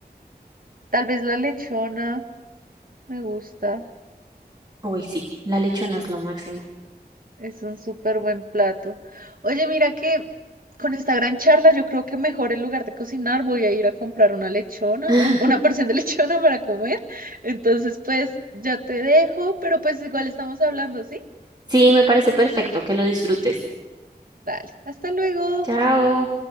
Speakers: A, on the right (about 55°); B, on the right (about 25°).
A: tal vez la lechona me gusta.
B: Uy, sí, la lechona es lo máximo.
A: Es un súper buen plato. Oye, mira que con esta gran charla yo creo que mejor en lugar de cocinar voy a ir a comprar una lechona,
B: <laughs>
A: un- una porción de lechona para comer. Entonces, pues ya te dejo, pero pues igual estamos hablando, ¿sí?
B: Sí, me parece perfecto que lo disfrutes.
A: Dale, hasta luego.
B: Chao.